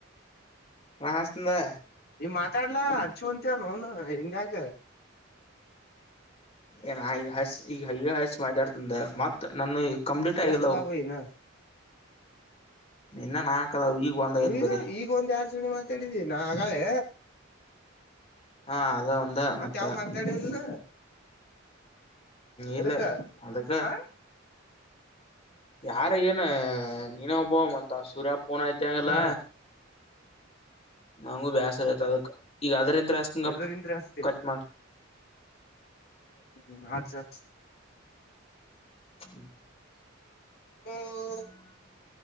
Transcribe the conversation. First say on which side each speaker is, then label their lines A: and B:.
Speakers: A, on the left; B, on the left.
A: ನಾ ಹಾಸದ
B: ನೀವ್ ಮಾತಾಡ್ಲಾ ಹಚ್ಚ ಅಂತವ ನೋನ್ ಹೆಂಗ ಆಕ
A: ಏನ ಆಗ ಈಗ ಅಯ್ಯ ಹಸ ಮಾತಾಡ್ತಂದ ಮತ್ತತ್ ನಾನು ಈಗ ಕಂಪ್ಲೀಟ್ ಆಗಿಲ್ಲವು
B: ಎಷ್ಟದಾವ ನಾ
A: ಇನ್ನ ನಾಕದಾವ ಈಗ ಒಂದ್ ಐತ್
B: ಈಗ
A: ಬರೀ
B: ಈಗ ಒಂದ್ ಯಡ್ ಜನಿ ಮಾತಾಡಿದೀ ನಾ ಆಗಳೆ
A: ಹಾ ಅದ ಒಂದ
B: ಮತ್ತೆ
A: ಮತ್ತ
B: ಯಾವ ಮಾತಾಡಿಲ್ಲ
A: ಇಲ್ಲ
B: ಎದಕ್ಕ
A: ಅದಕ್ಕ
B: ಹ
A: ಯಾರ ಏನು ನೀನ ಒಬ್ಬೋ ಮತ್ ಸುರ್ಯ ಪೋನ್ ಯತಿ ಅಂಗಿಲ್ಲ
B: ಹಾ
A: ನಂಗೂ ಬೇಸರತ ಅದ ಈಗ ಅದ್ರ ಎಂಸ್ಂಗ
B: ಎದರಿಂತ್ರ ಹಸ್ತಿ
A: ಕತ್ಲ್
B: ಹ್ಮ್ ಅ ಅ
A: ಹ್ಮ
B: ಹಚ್
A: ಹ್ಮ್